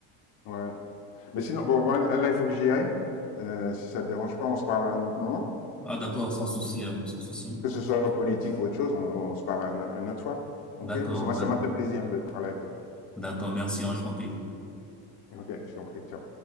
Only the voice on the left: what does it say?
Ouais. Mais sinon, bon, voilà, là, il faut que j'y aille. Euh, si ça te dérange pas, on se parle à un autre moment.
Que ce soit politique ou autre chose, on, on se parle un- une autre fois. OK?
Mais ça
m'a fait plaisir de parler avec toi.
OK, je t'en prie. Ciao.